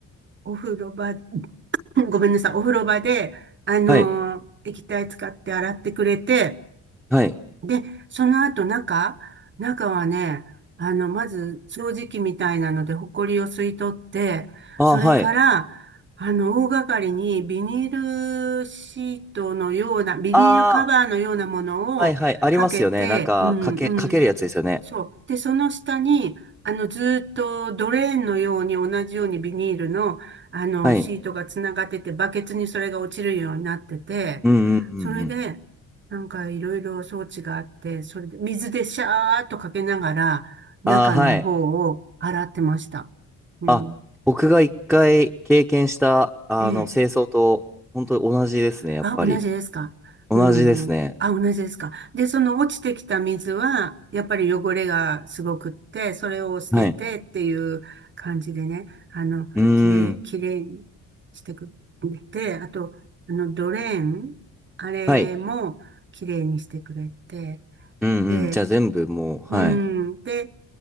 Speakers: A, on the right; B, in the centre.
A: お風呂場 <laughs> ごめんなさい、お風呂場で、あのー液体使って洗ってくれて、
B: はい。はい。
A: で、その後中、中はね、あの、まず掃除機みたいなので、ホコリを吸い取って、
B: ああ、
A: それから、
B: はい。
A: あの、大掛かりにビニールシートのような、ビニールカバーのようなものをかけて、
B: ああ、はいはい。ありますよね。なんか、
A: うんうん。
B: かけ、かけるやつですよね。
A: そう。で、その下に、あの、ずーっとドレーンのように同じようにビニールの、あの、
B: はい。
A: シートがつながってて、バケツにそれが落ちるようになってて、
B: うんうんうんうん。
A: それで、なんかいろいろ装置があって、それで水でシャーっとかけながら、中の方を洗ってました。
B: ああ、はい。
A: うん。
B: あ、僕が一回経験した、あの、
A: ええ。
B: 清掃と、本当に同じですね、やっぱり。
A: あ、同じですか。
B: 同じですね。
A: うん。あ、同じですか。で、その落ちてきた水は、やっぱり汚れがすごくって、それを捨ててっていう感じでね、
B: はい。
A: あの、
B: うー
A: きれい、
B: ん。
A: きれいにしてくれて、あと、あの、ドレーン、あれもきれいにしてくれて、
B: はい。うんうん。
A: で、
B: じゃあ全部もう、はい。
A: うん。で、